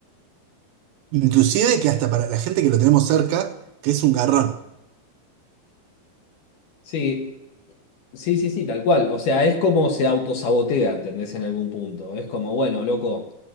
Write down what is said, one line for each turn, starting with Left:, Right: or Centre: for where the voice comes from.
Right: inclusive que hasta para la gente que lo tenemos cerca, que es un garrón.
Left: Sí, sí, sí, sí, tal cual. O sea, es como se autosabotea, ¿entendés? En algún punto. Es como, bueno, loco,